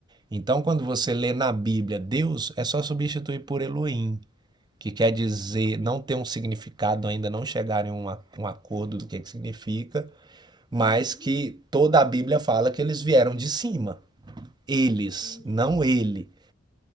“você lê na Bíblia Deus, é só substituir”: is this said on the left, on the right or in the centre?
Right